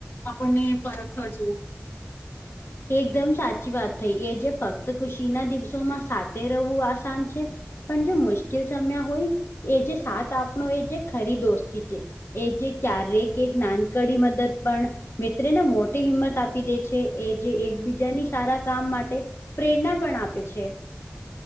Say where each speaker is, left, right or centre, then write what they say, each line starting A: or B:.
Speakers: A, on the left; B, on the left.
A: આપણને પરખવા જેવું છે.
B: એકદમ સાચી વાત થઈ એ જે ફક્ત ખુશી ના દિવસોમાં સાથે રહેવું આસાન છે. પણ જો મુશ્કેલ સમ્યા હોય એ જે સાત આપણો એ જે ખરી દોસ્ત <unintelligible> એ જે ક્યારે એક નાનકડી મદદ પણ મિત્રને મોટી હિંમત આપી દે છે એ જે એકબીજાની સારા કામ માટે પ્રેરણા પણ આપે છે.